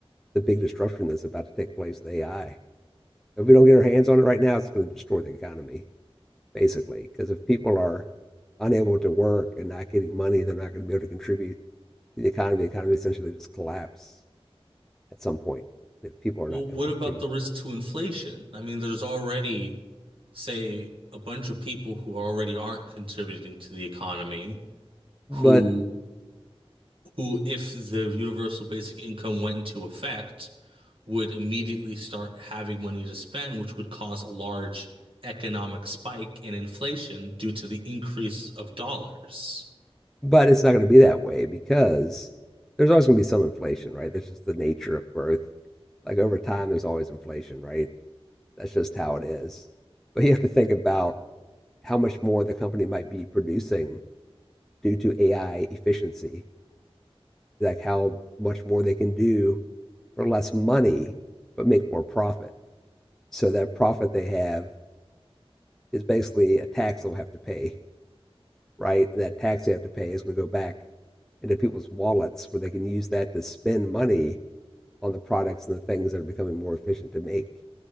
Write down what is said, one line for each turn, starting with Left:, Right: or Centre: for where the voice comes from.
Centre: the big disruption that's about to take place with AI. If we don't get our hands on it right now, it's going to destroy the economy. basically. Because if people are unable to work and not getting money, they're not going to be able to contribute to the economy. The economy essentially just collapse at some point if people are
Right: Well,
Centre: not able
Right: what about
Centre: to.
Right: the risk to inflation? I mean, there's already, say, a bunch of people who already aren't contributing to the economy,
Centre: But
Right: who who, if the universal basic income went into effect, would immediately start having money to spend, which would cause a large economic spike in inflation due to the increase of dollars.
Centre: but it's not going to be that way because there's always going to be some inflation, right? That's just the nature of growth. Like over time, there's always inflation, right? That's just how it is. But you have to think about how much more the company might be producing due to AI efficiency like how much more they can do for less money but make more profit. So that profit they have is basically a tax they'll have to pay, right? And that tax they have to pay is going to go back into people's wallets where they can use that to spend money on the products and the things that are becoming more efficient to make